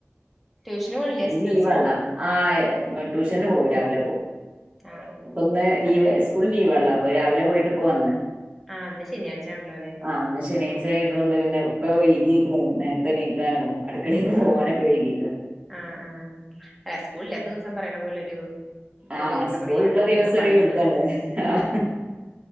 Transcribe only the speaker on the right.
ലീവള്ള
ആ ട്യൂഷന് പോവും രാവിലെ പോവും
ഇപ്പൊന്ന് ലീവ്
സ് സ്കൂൾ ലീവ്ള്ള അപ്പൊ രാവിലെ പോയിട്ട് പോ വന്ന്
ആന്ന് ശനി തുകൊണ്ട് പിന്നെ ഇപ്പ വൈകീക്കണ് നേരത്തെ എണീക്കാനും അടുക്കളൊക്ക് പോകാനൊക്കെ
വൈകീക്കണ്.
ആഹ്
സ്കൂളുള്ള
ദിവസം
ഒരു യുദ്ധാണ് ആഹ്